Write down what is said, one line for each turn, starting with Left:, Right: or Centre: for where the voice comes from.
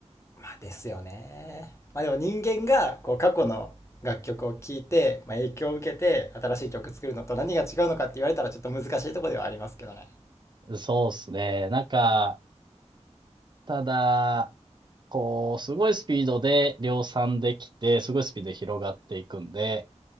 Left: まあですよね。まあでも人間がこう過去の楽曲を聴いて、まあ、影響を受けて新しい曲作るのと何が違うのかって言われたらちょっと難しいところではありますけどね。
Right: どね。そうですね。なんか、ただ、こう、すごいスピードで量産できて、すごいスピードで広がっていくんで、